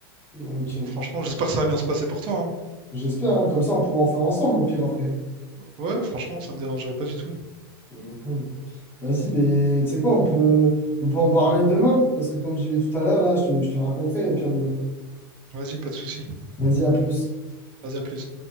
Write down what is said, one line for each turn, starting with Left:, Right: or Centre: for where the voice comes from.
Left: Ok.
Right: Donc franchement, j'espère que ça va bien se passer pour toi. hein.
Left: J'espère, hein. Comme ça, on pourra en faire ensemble au pire après. <laughs>
Right: Ouais, franchement, ça me dérangerait pas du tout.
Left: Mhm. Vas-y, mais tu sais quoi, on peut, on peut en parler demain, parce que comme j'y vais tout à l'heure, là, je te, je te raconterai au pire demain.
Right: Vas-y, pas de souci.
Left: Vas-y, à plus.
Right: Vas-y, à plus.